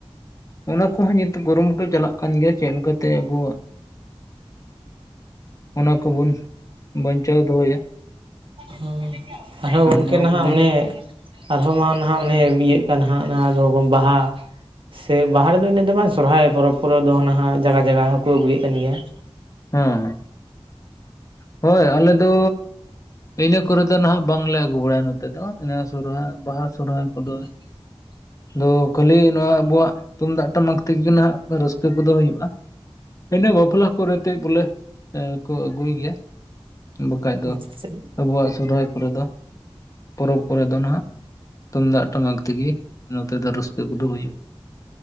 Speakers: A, on the left; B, on the right.
A: ᱚᱱᱟ ᱠᱚᱦᱚᱸ ᱱᱤᱛᱳᱜ ᱠᱩᱨᱩᱼᱢᱩᱴᱩ ᱪᱟᱞᱟᱜ ᱠᱟᱱ ᱜᱮᱭᱟ ᱪᱮᱫ ᱞᱮᱠᱟ ᱛᱮ ᱟᱵᱚ ᱚᱱᱟ ᱠᱚᱵᱚᱱ ᱵᱟᱧᱪᱟᱣ ᱫᱚᱦᱚᱭᱟ ᱾
B: ᱦᱚᱸ ᱟᱨᱦᱚᱸ ᱜᱚᱝᱠᱮ
A: ᱱᱚᱣᱟ
B: ᱱᱟᱦᱟᱜ
A: ᱠᱚᱜᱮ
B: ᱚᱱᱮ ᱟᱨᱦᱚᱸ ᱢᱟ ᱱᱟᱦᱟᱜ ᱚᱱᱮ ᱤᱭᱟᱹᱜ ᱠᱟᱱ ᱦᱟᱜ ᱚᱱᱟ ᱫᱚ ᱵᱟᱦᱟ ᱥᱮ ᱵᱟᱦᱟ ᱨᱮᱫᱚ ᱤᱱᱟᱹᱜ ᱫᱚ ᱵᱟᱝ ᱥᱚᱨᱦᱟᱭ ᱯᱚᱨᱚᱵᱽ ᱠᱚᱨᱮ ᱫᱚ ᱱᱟᱦᱟᱜ ᱡᱟᱜᱟ ᱡᱟᱜᱟ ᱦᱚᱸᱠᱚ ᱟᱹᱜᱩᱭᱮᱫ ᱠᱟᱱ ᱜᱮᱭᱼᱟ ᱾
A: ᱦᱮᱸ ᱦᱮᱸ, ᱦᱳᱭ ᱟᱞᱮ ᱫᱚ ᱤᱱᱟᱹ ᱠᱚᱨᱮ ᱫᱚ ᱱᱟᱦᱟᱜ ᱵᱟᱝᱞᱮ ᱟᱹᱜᱩ ᱵᱟᱲᱟᱭᱟ ᱱᱚᱛᱮ ᱫᱚ ᱤᱱᱟᱹ ᱥᱚᱨᱦᱟᱭ, ᱵᱟᱦᱟ ᱥᱚᱨᱦᱟᱭ ᱠᱚᱫᱚ
B: <inaudible>
A: ᱟᱫᱚ ᱠᱷᱟᱹᱞᱤ ᱱᱚᱣᱟ ᱟᱵᱩᱣᱟᱜ ᱛᱩᱢᱫᱟᱜ ᱴᱟᱢᱟᱠ ᱛᱮᱜᱮ ᱱᱟᱦᱟᱜ ᱨᱟᱹᱥᱠᱟᱹ ᱠᱚᱫᱚ ᱦᱩᱭᱩᱜᱼᱟ, ᱤᱱᱟᱹ ᱵᱟᱯᱞᱟ ᱠᱚᱨᱮᱜ ᱛᱮ ᱵᱚᱞᱮ ᱠᱚ ᱟᱹᱜᱩᱭ ᱜᱮᱭᱟ ᱾ ᱵᱟᱠᱷᱟᱡ ᱫᱚ
B: ᱟᱪᱪᱷᱟ ᱟᱪᱪᱷᱟ
A: ᱟᱵᱚᱣᱟᱜ ᱥᱚᱨᱦᱟᱭ ᱠᱚᱨᱮ ᱫᱚ ᱯᱚᱨᱚᱵᱽ ᱠᱚᱨᱮ ᱫᱚ ᱱᱟᱦᱜ ᱛᱩᱢᱫᱟᱜ ᱴᱟᱢᱟᱠ ᱛᱮᱜᱮ ᱱᱚᱛᱮ ᱫᱚ ᱨᱟᱹᱥᱠᱟᱹ ᱠᱚᱫᱚ ᱦᱩᱭᱩᱜᱼᱟ ᱾